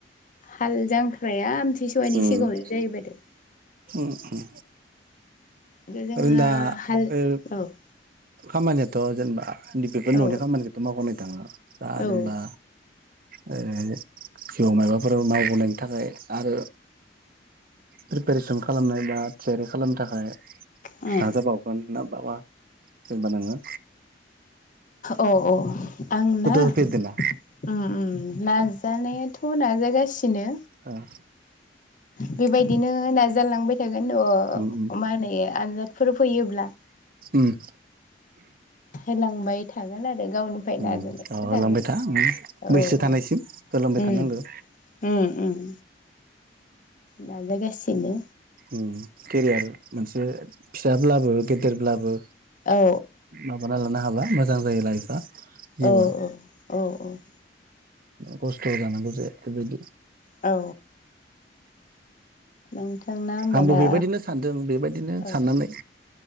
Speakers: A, on the left; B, on the right.
A: हाल जांख्राया आमथिसवानि
B: उम
A: सिगांङावनो जाहैबाय
B: उम
A: जोंहा
B: ओरैनो दा ओ
A: बारु <unintelligible>
B: खामानियाथ' जेनेबा बेफोर न'नि
A: औ
B: खामानिखौथ' <unintelligible> दांङा दा
A: औ
B: जेनेबा ओ जिउआव माबाफोर मावबोनायनि थाखाय आरो प्रिपेरेसन खालामनाय बा थियारि खालामनो थाखाय
A: उम
B: नाजा बावगोन ना <unintelligible> जेबा नोंङो
A: अ - अ आंना ओम
B: होफेरदोंना
A: - ओम नाजानायाथ' नाजायो रासिनो
B: औं
A: बेबायदिनो नाजालांबाय थागोन अ
B: उम
A: मा होनो आनजादफोर फैयोब्ला
B: उम
A: होलांबाय थागोन आरो गावनिफ्राय नाजानायथ'
B: उम औ अ नाजालांबाय ओ
A: थागोन
B: होलांबाय था
A: औ
B: बैसो
A: औ
B: थानायसिम होलांबाय
A: उम
B: थानांगौ
A: उम उम नाजागासिनो
B: उम केरियार मोनसे फिसाब्लाबो गेदेरब्लाबो
A: औ
B: माबाना लानो हाब्ला मोजां जायो लाइफआ जिउआ
A: औ - औ - औ उम
B: खस्थ' जानांगौ जायो बेदि
A: औ नोंथांना होमबा
B: आंबो
A: दा
B: बेबायदिनो सानदों बेबायदिनो
A: औ
B: साननानै